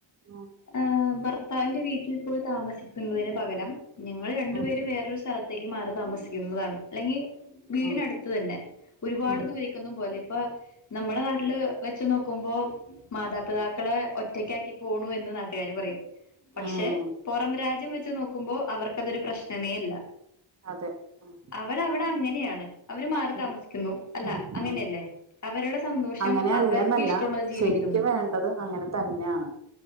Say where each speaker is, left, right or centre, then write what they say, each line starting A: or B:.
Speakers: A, on the right; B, on the left.
A: ഉം
B: ആ ഭർ ത്താവിന്റെ വീട്ടിൽ പോയി താമസിക്കുന്നതിന് പകരം ഞങ്ങൾ രണ്ടു
A: ഉം
B: പേരും
A: ഉം
B: വേറൊരു സ്ഥലത്തേക്ക് മാറും താമസിക്കുന്നതാണ് അല്ലെങ്കി വീടിനടുത്ത്
A: ഉം
B: തന്നെ ഒരുപാട്
A: ഉം
B: ദൂരേക്കൊന്നും പോവലേ ഇപ്പ നമ്മടെ നാട്ടിൽ വെച്ച് നോക്കുമ്പോ മാതാപിതാക്കളെ ഒറ്റയ്ക്ക് ആക്കി പോണു എന്ന് നാട്ട്കാര് പറയും പക്ഷെ
A: ഉം
B: പാെറം രാജ്യം വെച്ച് നോക്കുമ്പോ അവർക്ക് അതൊരു
A: ഉം
B: പ്രശ്നമേ അല്ല
A: അതെ ഉം
B: അവരവടെ അങ്ങനെയാണ് അവർമാറി
A: ഉം
B: താമസിക്കുന്നു അല്ല
A: ഉം
B: അങ്ങനെയല്ലേ
A: ഉം
B: അവരുടെ സന്തോഷം
A: അങ്ങനെ
B: അവർക്ക്
A: അല്ലേന്നല്ല
B: ഇഷ്ടമുള്ളത് ജീവിക്കുന്നു
A: ശരിക്ക് വേണ്ടത് അങ്ങനെ തന്നെയാണ്